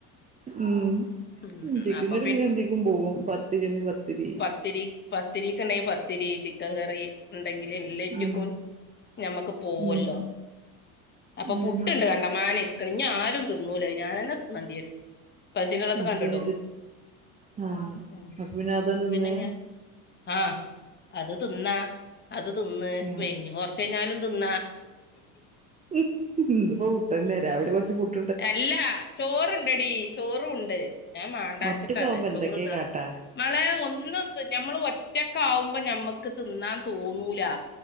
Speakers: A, on the right; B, on the left.
A: ഉം
B: ഉം
A: ചിക്കൻ
B: അപ്പൊ
A: കറി പിന്നെ എന്തെക്കും പോകും പത്തിരിയണ പത്തിരി
B: ത്തിരി പത്തിരിക്ക ഉണ്ടെങ്കിൽ പത്തിരി ചിക്കൻ കറി ഉണ്ടെങ്കിലിൽ എല്ലാറ്റക്കും
A: ഉം
B: ഞമ്മക്ക് പോവല്ലോ
A: ഉം
B: അപ്പൊ
A: ഉം
B: പുട്ടുണ്ട് കണ്ട മനെക്ക ഇനി ആരും തിന്നൂലേ ഞാനന്നെ തിന്നേണ്ടി വരും പച്ചിനടത്ത്
A: അപ്പൊ
B: കണ്ടിട്ടു
A: പിന്നെ ആ
B: ഉം
A: അപ്പൊ പിന്നെ അതാണ്ട് തിന്ന്
B: പിന്നെ ഞാൻ ആഹ് അത് തിന്നാ അത് തിന്ന്
A: ഉം
B: <unintelligible> <unintelligible> തിന്ന
A: ഇതിപ്പോ പുട്ടന്നാ രാവലി കൊറച്ച്ട്ട <unintelligible>
B: അല്ലാ ചോറണ്ടടി ചോറുണ്ട് ഞാൻ മണ്ടാച്ചിട്ടാണ്
A: ഒറ്റക്കാവുമ്പോ എന്തൊക്കെ
B: ചോറ്താ
A: കാട്ടാ
B: മളെ ഒന്നും നമ്മള് ഒറ്റക്ക ആകുമ്പോ ഞമ്മക്ക് തിന്നാൻ തോന്നൂല